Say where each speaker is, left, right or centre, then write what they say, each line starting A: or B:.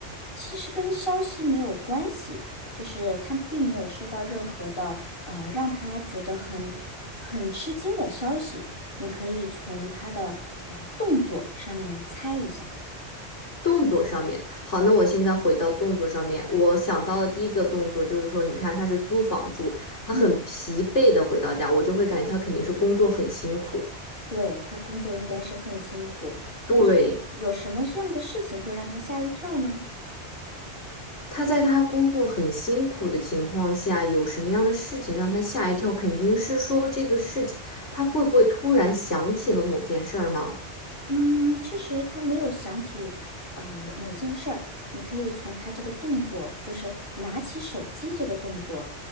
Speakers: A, on the left; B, on the left.
A: 其实跟消息没有关系，就是他并没有收到任何的呃让他觉得很很吃惊的消息。你可以从他的呃动作上面猜一下。
B: 动作上面，好，那我现在回到动作上面，我想到的第一个动作就是说，你看他是租房住，他很疲惫的回到家，
A: 嗯，
B: 我就会感觉他肯定是工作很辛苦。
A: 对，他工作应该是很辛苦，但是有什么样的事情会让他吓一跳呢？
B: 对，他在他工作很辛苦的情况下，有什么样的事情让他吓一跳？肯定是说这个事情，他会不会突然想起了某件事儿呢？
A: 嗯，其实他没有想起，呃，某件事儿，你可以从他这个动作，就是拿起手机这个动作